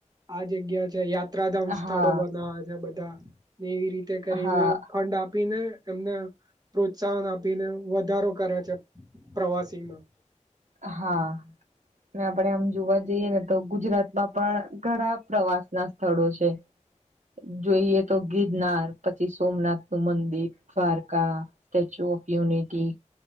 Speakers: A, on the right; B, on the right.
A: આ જગ્યા છેયા ત્રાધામ સ્થળો
B: હા
A: બનાવા છે બધા ને એવી રીતે કરીને
B: હા
A: ફંડ આપીને એમને પ્રોત્સાહન આપીને વધારો કર્યા છે પ્રવાસીમાં.
B: હા. આપડે આમ જોવા જઈએ ને તો ગુજરાતમાં પણ ઘણા પ્રવાસ ના સ્થળો છે. જોઈએ તો ગિરનાર પછી સોમનાથ નું મંદિર Dwarka Statue of Unity